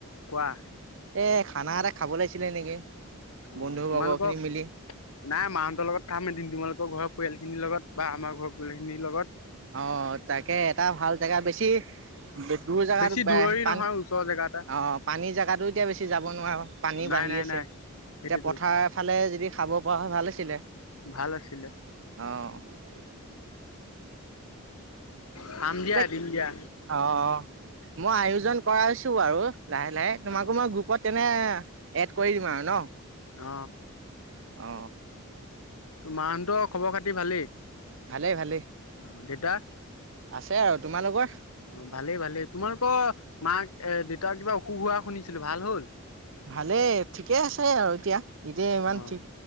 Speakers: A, on the left (about 85°); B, on the right (about 55°).
A: কোৱা।
B: এ, খানা এটা খাব লাগিছিলে নিকি,
A: অ
B: বন্ধুবৰ্গখিনি
A: তোমালোকক
B: মিলি।
A: নাই মাহঁতৰ লগত যাম এদিন, তোমালোকৰ ঘৰৰ পৰিয়ালখিনিৰ লগত বা আমাৰ ঘৰৰ পৰিয়ালখিনিৰ লগত।
B: অ, তাকে এটা ভাল জেগা বেছি, দূৰ জেগাত
A: বেছি দূৰৰি
B: পান
A: নহয় ওচৰৰ জেগা এটা
B: অহ, পানীৰ জাগাতো এতিয়া বেছি যাব নোৱাৰো, পানী
A: নাই
B: বাঢ়ি
A: নাই
B: আছে।
A: নাই সেইটোতো
B: এতিয়া পথাৰ ফালে যদি খাব পৰা হয় ভাল আছিলে।
A: ভাল আছিলে
B: অহ,
A: খাম দিয়া,
B: এতিয়া
A: এদিন দিয়া।
B: অ মই আয়োজন কৰাইছো বাৰু লাহে লাহে তোমাকো
A: অ
B: মই গ্ৰুপত কেনে এড কৰি দিম আৰু ন,
A: অ,
B: অ,
A: তো, মাহঁতৰ খবৰ খাতি ভালেই?
B: ভালেই, ভালেই।
A: অ, দেতা
B: আছে আৰু তোমালোকৰ?
A: অ, ভালেই ভালেই তোমালোকৰ মাক এ, দেউতাৰ কিবা অসুখ হোৱা শুনিছিলো ভাল হ'ল।
B: ভালেই ঠিকে আছে আৰু এতিয়া, এতিয়া ইমান
A: অ
B: ঠিক